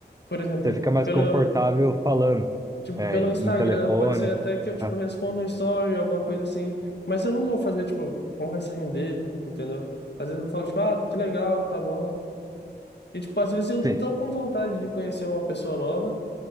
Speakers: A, on the left; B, on the right.
A: Por exemplo,
B: Você fica mais
A: pelo
B: confortável falando,
A: Tipo,
B: é,
A: pelo
B: em,
A: Instagram,
B: em telefone.
A: pode ser até que eu, tipo,
B: Ah,
A: responda um story, alguma coisa assim. Mas eu não vou fazer, tipo, conversa render, entendeu? Às vezes eu falo, tipo, ah, que legal, tá bom. E, tipo, às vezes eu tô
B: sim,
A: com vontade de conhecer uma pessoa nova,